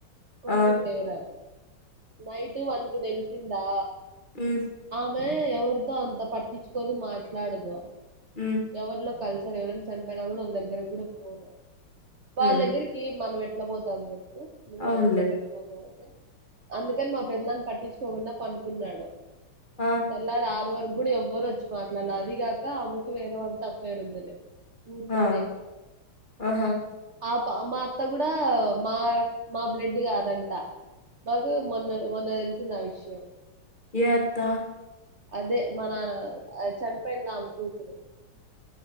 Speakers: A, on the right; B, on the left.
A: కొడుకుల్లేరా
B: ఆ
A: నైట్ వన్ కి తెలిసింది నా
B: హ్మ్
A: ఆమె ఎవరితో అంత పట్టించుకోదు మాట్లాడదు
B: హ్మ్
A: ఎవర్లో కల్సి సరే ఎవరైన చనిపోయినా కూడా వాళ్ళ దగ్గరికి కూడా పోరు వాళ్ళ
B: హ్మ్
A: దగ్గరికి మనం ఎట్ ఎట్ల పోతాం చెప్పు నువ్
B: అవునులే.
A: ఎవరి దగ్గర్కి పోతావంటే అందుకని మా పెద్దనాన్న పట్టించుకోకుండా పనుకున్నాడు
B: ఆ!
A: తెల్లారి ఆరు వరక్ ఇప్పుడు ఎవరు వచ్చి మాట్లాడలే అది కాక ఆమెకు వేరే వాళ్ళతో అఫైర్ ఉంది లే ఊర్లోనే
B: ఆ! ఆహా!
A: ఆ మా అత్త కూడా మా ర మా బ్లడ్ కాదంట మాకు మొన్న మొన్న తెలిసింది ఆ విషయం
B: ఏ అత్త
A: అదే మానాన చనిపోయింది ఆమె కూతురు